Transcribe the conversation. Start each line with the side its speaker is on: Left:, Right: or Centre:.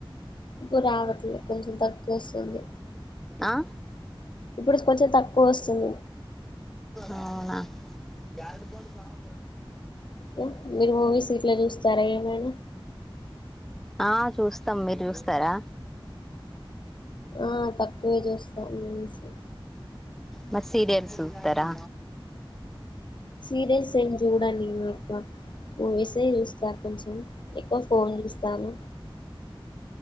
Left: ఇప్పు రావట్లే కొంచెం తక్కువ వస్తుంది
Centre: ఆ
Left: ఇప్పుడు కొంచెం తక్కు కోస్తుంది
Centre: ఆ అవునా ఎర్డు కోడు కావ
Left: ఇంకా
Centre: చెడున్నా
Left: మీరు మూవీస్ ఇట్లా చూస్తారా ఏమైనా
Centre: <inaudible> ఆ చూస్తాం మీరు చూస్తారా
Left: ఆ తక్కువే చూస్తా అనిన్సే
Centre: మరీ సీరియల్స్ సూతారా
Left: సీరియల్ ఏమ్ చూడను నేను ఎక్కువ మూవీసే చూస్తా కొంచెం ఎక్కువ ఫోన్ చూస్తాను